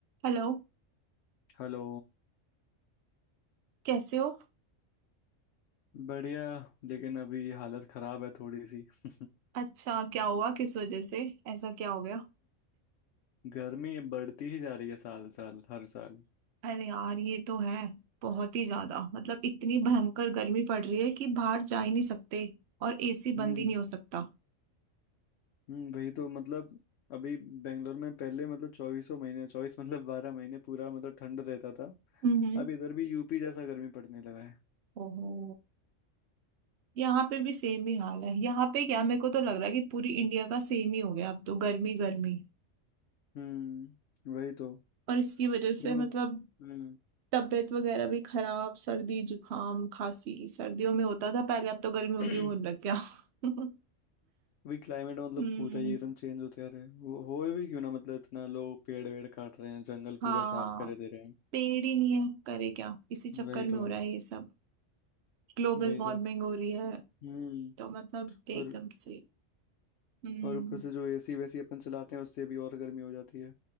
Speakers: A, on the right; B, on the left.
A: हेलो
B: हेलो
A: कैसे हो
B: बढ़िया लेकिन अभी हालत खराब है थोड़ी सी <laughs>
A: अच्छा क्या हुआ किस वजह से ऐसा क्या हो गया
B: गर्मी बढ़ती ही जा रही है साल साल हर साल
A: अरे यार ये तो है बहुत ही ज्यादा मतलब इतनी भयंकर गर्मी पड़ रही है कि बाहर जा ही नहीं सकते और एसी
B: हम्म
A: बंद ही नहीं हो सकता
B: हम्म वही तो मतलब अभी बेंगलोर में पहले मतलब चौबीसों महीने चौबीस मतलब बारह महीने पूरा मतलब ठंड रहता था
A: हम्म
B: अब इधर भी यूपी जैसा गर्मी पड़ने लगा है
A: ओहो यहाँ पे भी सेम ही हाल है यहाँ पे क्या मेरे को तो लग रहा है कि पूरी इंडिया का सेम ही हो गया अब तो गर्मी गर्मी
B: हम्म वही तो
A: और इसकी वजह से
B: पूरा मतलब
A: मतलब
B: हम्म
A: तबीयत वगैरह भी खराब सर्दी जुकाम खांसी सर्दियों में होता था पहले अब तो गर्मियों
B: <clears throat>
A: में भी होने लग गया <laughs>
B: अभी क्लाइमेट मतलब
A: हम्म
B: पूरा ही एकदम चेंज होते आ रहा है वो हो भी क्यों ना मतलब इतना लोग पेड़ वेड़ काट रहे हैं जंगल
A: हाँ
B: पूरा साफ करे दे रहे हैं
A: पेड़ ही नहीं है करे क्या इसी चक्कर
B: वही
A: में
B: तो
A: हो रहा है ये सब ग्लोबल
B: वही
A: वार्मिंग
B: तो
A: हो रही है
B: हम्म
A: तो मतलब एकदम
B: और
A: से हम्म
B: और ऊपर से जो एसी वैसी अपन चलाते हैं उससे भी और गर्मी हो जाती है